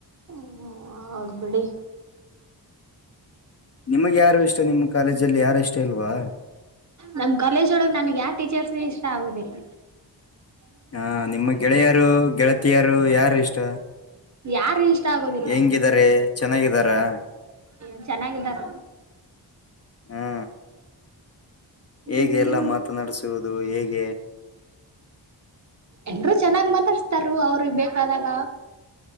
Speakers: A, on the right; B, on the left.
A: ಹ್ಮ ಹೌದ್ ಬಿಡಿ
B: ನಿಮಗ್ ಯಾರು ಇಷ್ಟ ನಿಮ್ಮ್ ಕಾಲೇಜಲ್ಲಿ ಯಾರು ಇಷ್ಟ ಇಲ್ವಾ
A: ನಮ್ ಕಾಲೇಜ್ ಒಳಗ್ ನನ್ಗ್ ಯಾವ ಟೀಚರ್ಸ್ ಇಷ್ಟ ಆಗೋುದಿಲ್ಲ
B: ಹಾ ನಿಮ್ಮ ಗೆಳೆಯರು ಗೆಳ ಯಾರ ಯಾರ ಇಷ್ಟ
A: ಯಾರು ಇಷ್ಟ ಆಗೋದಿಲ್ಲ
B: ಹೆಂಗಾರೆ ಚೆನ್ನಾಗಿದಾರಾ
A: ಏ ಚೆನ್ನಾಗಿದ್ದಾರ
B: ಹಾ
A: ಹ್ಮ್
B: ಹೇಗೆ ಎಲ್ಲ
A: ನಿಮ್
B: ಮಾತನಾಡಸುವುದು ಹೇಗೆ
A: ಎಲ್ರು ಚೆನ್ನಾಗ್ ಮಾತಾಡ್ಸ್ತಾರ ಅವ್ರಿಗೆ ಬೇಕಾದಾಗ